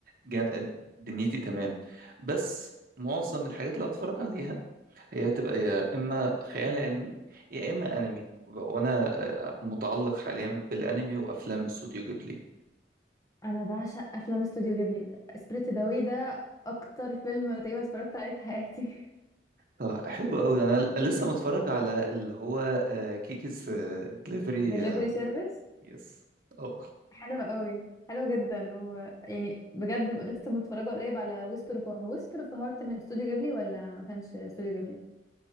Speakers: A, on the right; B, on the left.
A: جا- دنيتي تمام بس معظم الحاجات اللي هتفرج عليها هي هتبقى يا اما خيال علمي يا اما انمي وانا آه، متعلق حاليا بالانمي وافلام استوديو جيبلي
B: انا بعشق افلام استوديو جيبلي سبريت ذا ده اكتر فيلم تقريبا اتفرجت عليه في حياتي <laughs>
A: طب حلو قوي انا ل- لسه متفرج على اللي هو آه، كيكيز دليفري
B: دليفري سيرفيس
A: يس اه
B: حلو قوي حلو جدا و يعني بجد لسه متفرجه قريب على ويسبر اوف هو ويسبر اوف هارت من استوديو جيبلي ولا ما كانش استوديو جيبلي